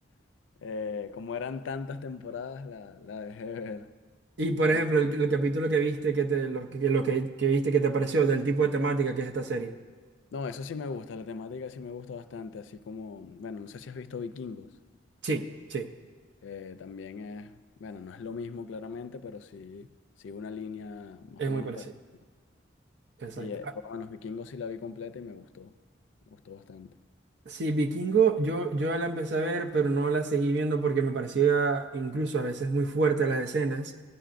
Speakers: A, on the left (about 75°); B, on the right (about 60°).
A: <laughs> eh, como eran tantas temporadas, la, la dejé de ver.
B: Y por
A: A
B: ejemplo,
A: mí-
B: el, el capítulo que viste, que te, lo, que, lo que, que viste que te pareció del tipo de temática que es esta serie.
A: No, eso sí me gusta, la temática sí me gusta bastante, así como, bueno, no sé si has visto Vikingos,
B: Sí, sí,
A: eh, también es, bueno, no es lo mismo claramente, pero sí, sí una línea más
B: es
A: o
B: muy
A: menos
B: parecido.
A: parecida.
B: Exacto.
A: Y eh, por lo menos Vikingos sí la vi completa y me gustó, me gustó bastante.
B: Sí, Vikingo, yo, yo la empecé a ver, pero no la seguí viendo porque me parecía incluso a veces muy fuerte las escenas.